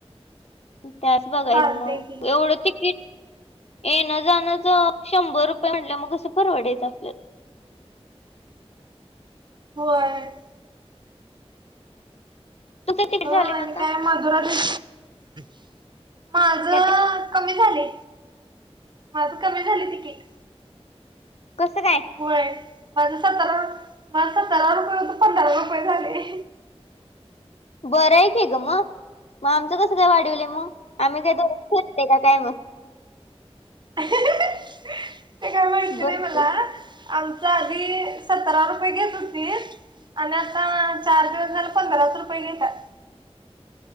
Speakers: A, on the left; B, on the right.
A: त्याच बघायच
B: चालतय
A: मग,
B: की
A: एवढं तीकीट येण जाणंच शंभर रुपये म्हटलं मग कसं परवडायचं आपल्याला?
B: होय.
A: तुमचं तिकीट
B: हो
A: झाले
B: आणि
A: मग आता
B: काय <unintelligible> माझ
A: काय ते
B: कमी झाले. माझ कमी झाले तिकीट.
A: कसं काय?
B: व्हय. माझं सतरा, माझ सतरा रुपये होत पंधरा रुपये झाले.
A: बरं आहे की ग मग. मग आमचं कसं काय वाढीवल मग. आम्ही काय दरोज फिरतोय का काय मग?
B: <inaudible> ते काय <unintelligible> माहीत
A: बरं
B: नाही मला. आमच आधी सतरा रुपये घेत होती आणि आत आता चार दिवस झाल पंधराच रुपये घेतात.